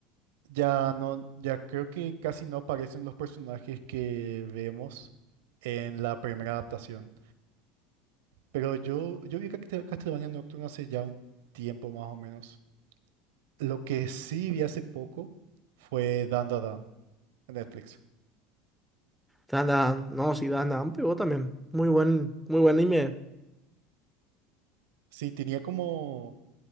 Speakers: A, on the right (about 80°); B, in the centre.
A: Ya no, ya creo que casi no aparecen los personajes que vemos en la primera adaptación. Pero yo, yo vi Castel- Castlevania Nocturne hace ya un tiempo más o menos. Lo que sí vi hace poco fue Dandadan en Netflix.
B: Dan, Dan, no, sí, Dan, Dan pegó también. Muy buen, muy buen anime.
A: Sí, tenía como,